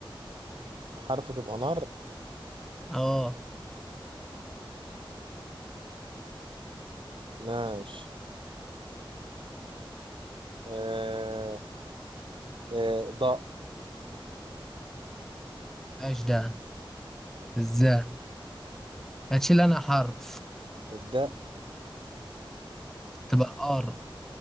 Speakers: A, on the right (about 65°); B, in the centre.
A: حرف تبقى نار
B: اه
A: ماشي آه. آه. دق
B: ايش ده ازاي هتشيل انا حرف
A: الدق
B: تبقى قار